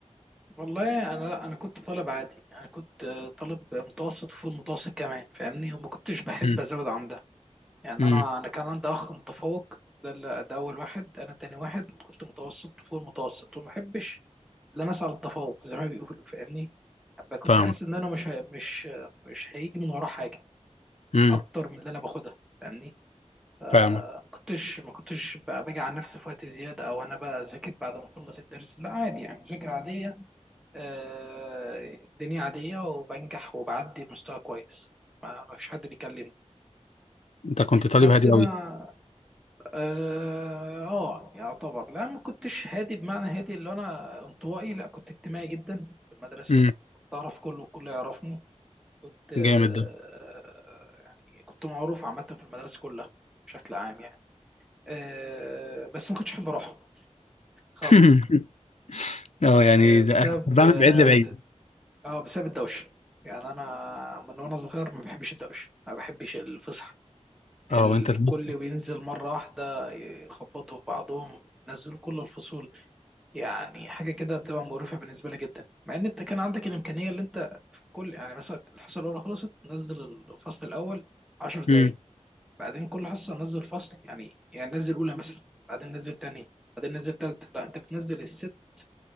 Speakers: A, in the centre; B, on the left.
A: والله أنا لا أنا كنت طالب عادي يعني كنت آه، طالب متوسط وفوق المتوسط كمان فاهمني وما كنتش بحب
B: امم
A: أزود عن ده يعني
B: امم
A: انا انا كان عندي اخ متفوق ده ال- ده اول واحد انا تاني واحد وكنت متوسط فوق المتوسط وما احبش ان انا اسعى للتفوق زي ما بيقولوا فاهمني ابقى كنت
B: فاهمك
A: حاسس ان انا مش هي- مش مش هيجي من وراه حاجه
B: امم
A: اكتر من اللي انا باخدها فاهمني فما
B: فاهمك
A: كنتش ما كنتش بقى باجي على نفسي في وقت زياده او انا بقى اذاكر بعد ما اخلص الدرس لا عادي يعني مذاكره عاديه آه، الدنيا عاديه وبنجح وبعدي بمستوى كويس ما ما فيش حد بيكلمني
B: انت كنت طالب
A: بس
B: هادي
A: ما
B: قوي
A: اه آه، يعتبر لا ما كنتش هادي بمعنى هادي اللي انا انطوائي لا كنت اجتماعي جدا في المدرسه
B: امم
A: كنت اعرف كله والكل يعرفني كنت آه،
B: جامد ده
A: يعني كنت معروف عامه في المدرسه كلها بشكل عام يعني آه، بس ما كنتش احب اروحها خالص
B: <laughs> اه يعني
A: آه، بسبب
B: ده <laughs> أنا كنت بعمل
A: اه
B: بعيد لبعيد
A: ب- آه، بسبب الدوشه يعني انا من وانا صغير ما بحبش الدوشه ما بحبش الفسح الكل
B: اه وانت تلف
A: بينزل مره واحده يخبطوا في بعضهم ينزلوا كل الفصول يعني حاجه كده بتبقى مقرفه بالنسبه لي جدا مع ان انت كان عندك الامكانيه اللي انت في كل يعني مثلا الحصه الاولى خلصت نزل الفصل الاول 10 دقائق
B: امم
A: بعدين كل حصه نزل فصل يعني يعني نزل اولى مثلا بعدين نزل تاني بعدين نزل تالت لا انت بتنزل الست